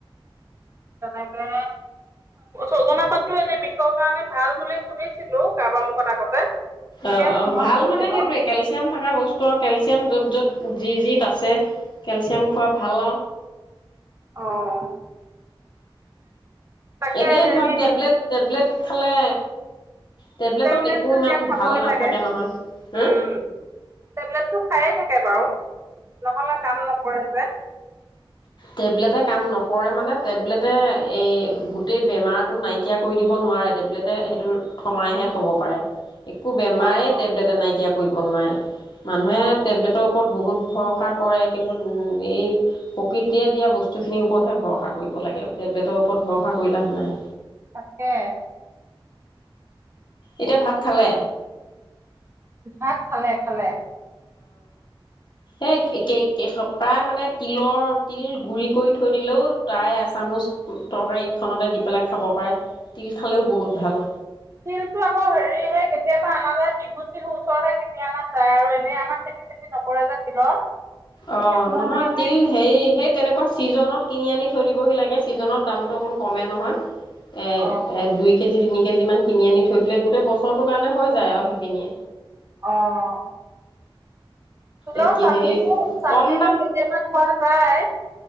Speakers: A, on the right (about 30°); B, on the left (about 55°).
A: তেনেকে, ছজনা পাতটো এনে বিষৰ কাৰণে ভাল বুলি শুনিছিলোঁ কাৰোবাৰ মুখত আগতে, এতিয়া
B: অঁ
A: মোৰ
B: অঁ
A: মনত
B: ভাল
A: পৰিছে
B: মানে সেইটোৱে
A: বাৰু।
B: কেলচিয়াম থকা বস্তু আৰু কেলচিয়াম য'ত য'ত যি যিত আছে, কেলচিয়াম খোৱা ভাল আৰু।
A: অ'। তাকে
B: এনেই
A: হেৰি
B: ধৰা টেবলেট, টেবলেট খালে। টেবলেটত
A: টেবলেটটো
B: একো ইমান
A: এতিয়া খাবই
B: ভাল নাথাকে
A: লাগে।
B: নহয় হা
A: উম, টেবলেটটো খায়ে থাকে বাৰু নহলে কাম নকৰে যে।
B: টেবলেটে কাম নকৰে মানে টেবলেটে এই গোটেই বেমাৰটো নাইকিয়া কৰি দিব নোৱাৰে, টেবলেটে সেইটো থমাইহে থ'ব পাৰে। একো বেমাৰে
A: অ',
B: টেবলেটে নাইকিয়া কৰিব নোৱাৰে। মানুহে
A: অ',
B: টেবলেটৰ ওপৰত বহুত ভৰসা কৰে কিন্তু এই প্ৰকৃতিয়ে দিয়া বস্তুখিনিৰ ওপৰতহে ভৰষা কৰিব লাগে। টেবলেটৰ ওপৰত ভৰসা কৰি লাভ নাই।
A: তাকে।
B: এতিয়া ভাত খালে
A: ভাত খালে খালে
B: এ এসোপা মানে তিলৰ তিল গু়ৰি কৰি থৈ দিলেও তাই এচামুচ তৰকাৰীত খনতে দি পেলাই খাব পাৰে তিল খালেও বহুত ভাল
A: তিলতটো আকৌ হেৰিহে কেতিয়াবা অনা যায় বিহু চিহু ওচৰতহে কেতিয়াবা বনাই আৰু এনেই আমাৰ খেতি চেতি নকৰে যে তিলৰ
B: অ
A: সেইটো
B: নহয়
A: কাৰণে মানে
B: তিল হেৰি সেই তেনেকুৱা ছিজনত কিনি আনি থৈ দিবহি লাগে ছিজনত দামটো অকণ কমে নহয় এ
A: অ',
B: এ দুই কেজি তিনি কেজি কেজি মান কিনি আনি থৈ দিলে, গোটেই বছৰটোৰ কাৰণে হৈ যায় আৰু সেইখিনিয়ে।
A: অহ', তিলৰ
B: একে
A: চাটনিটো-
B: সেই
A: চাটনিটো
B: কম
A: কেতিয়াবা পোৱা যায়।